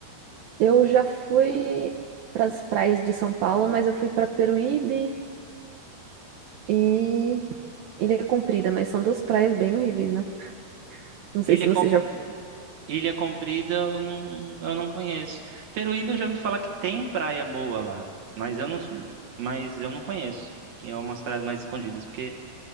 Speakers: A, on the right; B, on the right.
A: Eu já fui para as praias de São Paulo, mas eu fui para Peruíbe, e Ilha é Comprida, mas são duas praias bem horríveis, né? Não sei
B: Ilha
A: se você já foi.
B: Ilha Comprida eu não, eu não conheço. Peruíbe eu já ouvi falar que tem praia boa lá, mas eu não, mas eu não conheço, que é umas praias mais escondidas, porque